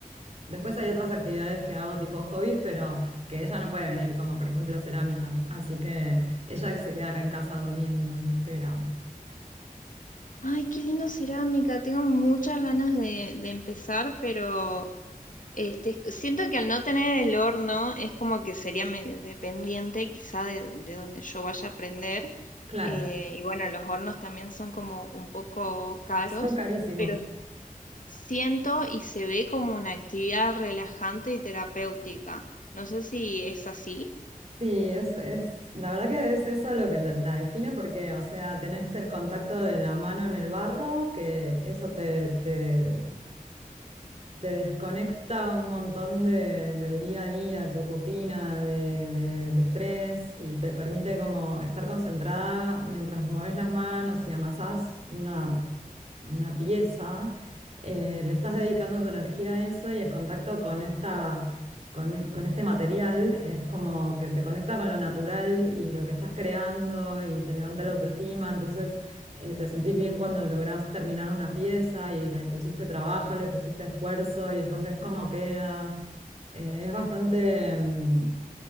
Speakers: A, on the right; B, on the left.
A: después hay otras actividades que hago tipo hobbies, pero que ella no puede venir, como por ejemplo cerámica. Así que ella se queda acá en casa durmiendo y me espera.
B: Ay, qué lindo cerámica. Tengo muchas ganas de, de empezar, pero este, siento que al no tener el horno es como que sería medio dependiente quizá de, de donde yo vaya a aprender.
A: Claro,
B: Eh, y bueno, los hornos también son como un poco
A: <laughs>
B: caros,
A: son carísimos.
B: pero siento y se ve como una actividad relajante y terapéutica. No sé si es así.
A: Sí, es, es, la verdad que es eso lo que la, la define porque, o sea, tenés el contacto de la mano en el barro, que eso te, te te desconecta un montón de- del día a día, tu rutina, de- del estrés y te permite como estar concentrada mientras mueves las manos y amasás una una pieza, eh, le estás dedicando tu energía a eso y el contacto con esta, con, e- con este material es como que te conecta con lo natural y lo que estás creando y te levanta la autoestima, entonces eh, te sentís bien cuando lográs terminar una pieza y le pusiste trabajo, le pusiste esfuerzo y después ves cómo queda. Eh, es bastante... mm,